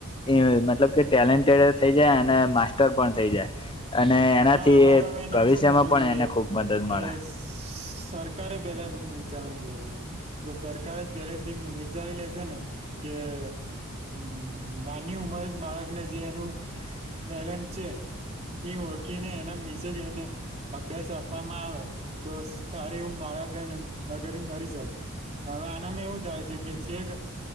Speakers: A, on the left (about 25°); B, on the right (about 30°).
A: એ મતલબ કે ટેલેન્ટેડે થઈ જાય અને માસ્ટર પણ થઇ જાય. અને એનાથી
B: હા આમાં
A: એ
B: તો હવે એનેમ
A: ભવિષ્યમાં
B: શું કરું
A: પણ
B: જોઈએ
A: એને ખૂબ મદદ
B: કે
A: મળે
B: સરકારે પેલા બધું નીચાવાની જરૂર હ જો સરકારે જ પેલે ધીમ વિચારી લે છે ને કે હમ નાની ઉંમર જ બાળક ને જે એનું એલેન્ટ છે એ ઓ ખીને એના વિશે જ એને અભ્યાસ આપવામાં આવે. તો સારે એવું માળક હેને વગરિંગ કરી શકે હવે આનામાં એવું થાય છે કે છેક